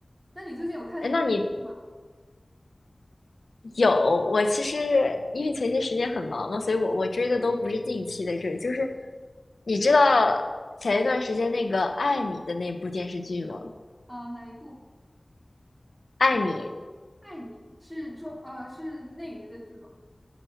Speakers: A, on the right; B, on the left.
A: 那你最近有看什么电视剧吗？
B: 哎，那你有，我其实因为前些时间很忙嘛，所以我我追的都不是近期的追，就是你知道前一段时间那个《爱你》的那部电视剧吗？
A: 啊、哪一部？
B: 《爱你》
A: 爱你是中呃是内娱的剧吗？